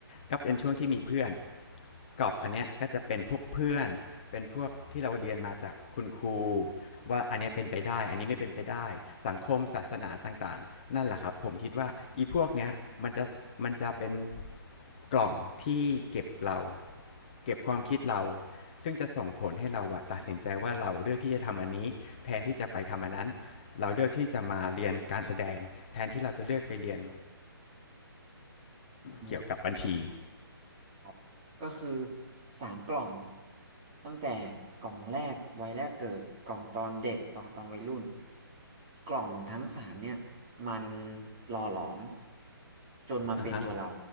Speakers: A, on the left (about 20°); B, on the right (about 20°).
A: ก็เป็นช่วงที่มีเพื่อน กรอบอันเนี้ยก็จะเป็นพวกเพื่อนเป็นพวกที่เราเรียนมาจากคุณครูว่าอันนี้เป็นไปได้อันนี้ไม่เป็นไปได้สังคมศาสนาต่างๆนั่นแหละครับผมคิดว่าอีพวกเนี้ยมันจะมันจะเป็นกล่องที่เก็บเราเก็บความคิดเราซึ่งจะส่งผลให้เราอะตัดสินใจว่าเราเลือกที่จะทำอันนี้แทนที่จะไปทำอันนั้นเราเลือกที่จะมาเรียนการแสดงแทนที่เราจะเลือกไปเรียน
B: อืม
A: เกี่ยวกับบัญชี
B: ครับก็คือสามกล่องตั้งแต่กล่องแรกวัยแรกเกิดกล่องตอนเด็กตอนตอนวัยรุ่นกล่องทั้งสามเนี่ยมันหล่อหลอมจนมาเป็นตัวเรา
A: อ่ะฮะ